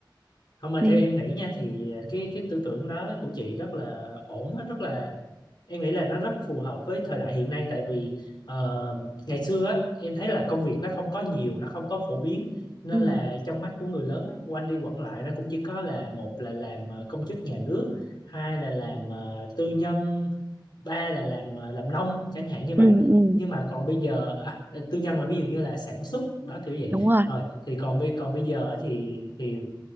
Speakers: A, on the left (about 65°); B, on the right (about 25°).
A: không mà
B: nên
A: theo em nghĩ nha thì cái cái tư tưởng đó của chị rất là ổn á, rất là em nghĩ là nó rất phù hợp với thời đại hiện nay tại vì ờ, ngày xưa á, em thấy là công việc nó không có nhiều nó không có phổ biến nên
B: ừ.
A: là trong mắt của người lớn á, quanh đi quẩn lại nó cũng chỉ có là một là làm ờ, công chức nhà nước hai là làm ờ, tư nhân ba là làm ờ, làm nông chẳng hạn như
B: Ừ.
A: vậy
B: Ừ.
A: nhưng mà còn bây giờ à, tư nhân là ví dụ như là sản xuất đó kiểu vậy
B: đúng rồi
A: rồi thì còn bây còn bây giờ á thì thì